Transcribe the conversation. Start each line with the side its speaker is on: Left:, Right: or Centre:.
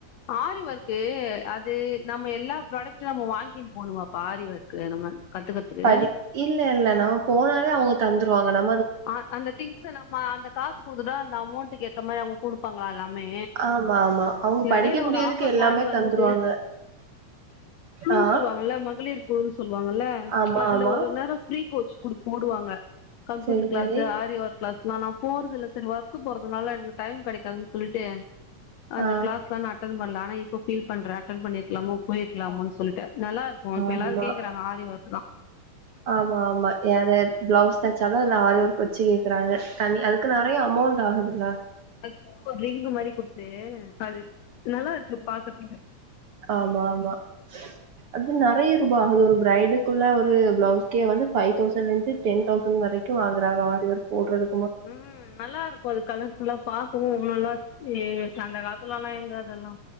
Left: ஆரி வொர்க்கு அது நம்ம எல்லா ப்ராடெக்ட் டு நம்ம வாங்கினு போணுமாப்ப ஆரி வொர்க்கு நம்ம கத்துக்கறதுக்கு
Right: படி இல்ல இல்ல நம்ம போனாலே அவுங்க தந்துருவாங்க நம்
Left: ஆ அந்த திங்ஸ் நம்ம அந்த காசு குடுத்துட்டா அந்த அமொளண்ட் எத் ந்த மாறி அவுங்க குடுப்பாங் எல்லாமே
Right: ஆமா ஆமா அவங்க படிக்க
Left: எடைல
Right: கூடியதுக்கு
Left: ஒரு ஆஃபர்
Right: எல்லாமே
Left: மாரி வந்துது
Right: தந்துருவாங்க
Left: குழு
Right: ஆ
Left: சொல்லுவாங்கல மகளிர் குழு சொல்வாங்கல்ல
Right: ஆமா
Left: அதுல
Right: ஆமா
Left: ஒரு நேரோ ஃப்ரீ கோர்ஸ் குடுப் போடுவாங்க கம்ப்யூட்டர்
Right: செரி
Left: க்ளாஸு
Right: செரி
Left: ஆரி வொர்க் க்ளாஸ்லா நா போறது இல்ல சரி ஒர்க்கு போறதுனால எனக்கு டைம் கிடைக்காதுன் சொல்லிட்டு அந்த
Right: ஆ
Left: க்ளாஸ்லா நா அட்டன் பண்ல ஆனா இப்போ ஃபீல் பண்ற அட்டன் பண்ணிருக்கலாமோ போய்ருக்கலாமோன் சொல்ட்டு நல்லா இருக்கு இப்ப
Right: ஆமா
Left: எல்லாரு கேக்கறாங்க ஆரி வொர்க் தா
Right: ஆமா ஆமா யாரு பிளவுஸ் தச்சாலு அதுல ஆரி வொர்க் வச்சு கேக்கறாங்க தனி அதுக்கு நெறைய அமொளண்ட் ஆகுதுல்ல
Left: அக்சுலா ஒரு ரிங்கு மாரி குட்த்து அது நல்லாருக்கு பாக்றதுக்கு
Right: ஆமா ஆமா அது நெறைய ரூபா அது ஒரு ப்ரைட்டுகுள்ள ஒரு பிளவுஸ் வந்து பைவ் தௌசண்ட்லந்து டென் தௌசண்ட் வரைக்கு வாங்குறாங்க ஆரி வொர்க் போட்றது
Left: ம் நல்லாருக்கு அது கலர் ஃபுல்லா பாக்கவு ஒ நல்லா ஏ அந்த காலத்துல எல்லா எங்க அதெல்லா